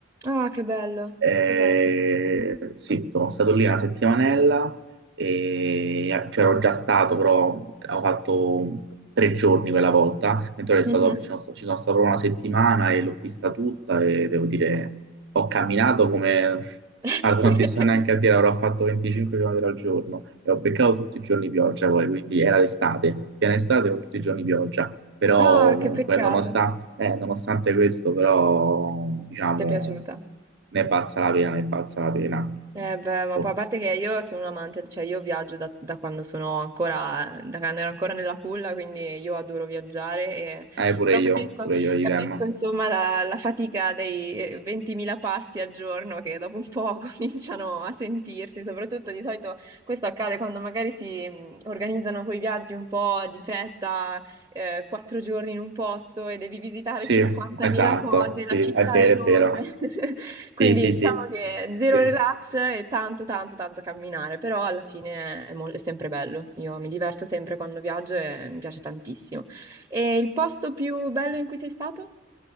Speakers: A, on the right (about 20°); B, on the right (about 60°).
A: Ah, che bello,
B: Eh,
A: che bello.
B: sì, sono stato lì una settimanella e c'ero già stato, però ho fatto tre giorni quella volta, mentre ero
A: Mhm.
B: stato, ci sono, ci sono stato proprio una settimana e l'ho vista tutta e devo dire, ho camminato come...
A: <laughs>
B: Guarda, non ti so neanche a dire, avrò fatto 25 km al giorno e ho beccato tutti i giorni pioggia poi, quindi era l'estate, piena estate con tutti i giorni pioggia, però
A: Ah, che
B: comunque
A: peccato.
B: nonostante... Eh, nonostante questo, però, diciamo,
A: Ti è piaciuta?
B: ne è valsa la pena, ne è valsa la pena.
A: Eh beh, ma
B: Oh.
A: poi a parte che io sono un amante, cioè io viaggio da, da quando sono ancora, da quando ero ancora nella culla, quindi io adoro viaggiare, e-
B: Eh, pure
A: però capisco,
B: io, pure io, idem.
A: capisco, insomma la, la fatica dei eh, 20.000 passi al giorno che dopo un po' <laughs> cominciano a sentirsi, soprattutto di solito questo accade quando magari si mh, organizzano quei viaggi un po' di fretta, eh, quattro giorni in un posto e devi visitare
B: Sì,
A: 50.000
B: esatto,
A: cose,
B: sì,
A: la città
B: è vero,
A: è enorme.
B: è vero.
A: <laughs> Quindi
B: Sì, sì,
A: diciamo
B: sì,
A: che zero
B: sì.
A: relax e tanto, tanto, tanto camminare, però alla fine è, mol- è sempre bello. Io mi diverto sempre quando viaggio e mi piace tantissimo. E il posto più bello in cui sei stato?